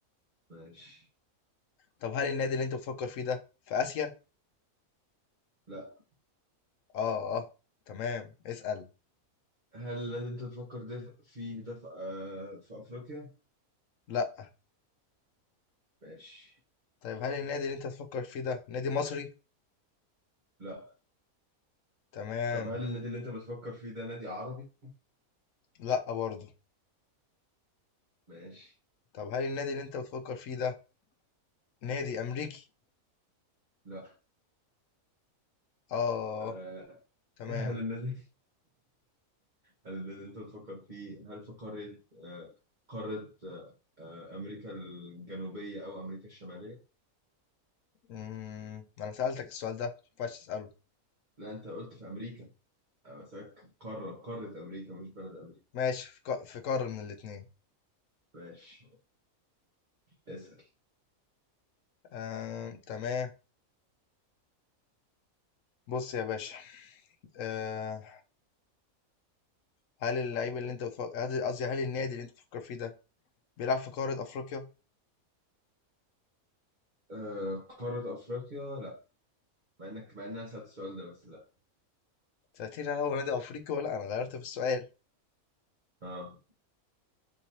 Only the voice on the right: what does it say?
ماشي
لا
هل النادي اللي انت بتفكر ده فيه ده في, آه في افريقيا؟
ماشي
لا
طب هل النادي اللي انت بتفكر فيه ده نادي عربي؟
ماشي
لا
آه
هل النادي <laughs> هل النادي اللي انت بتفكر فيه هل في قارة آه قارة آه آه، امريكا الجنوبية او امريكا الشمالية؟
لا انت قلت في امريكا انا بسألك قارة قارة امريكا مش بلد امريكا
ماشي اسأل
آه قارة أفريقيا لا مع إنك مع إن أنا سألت السؤال ده بس لا
آه,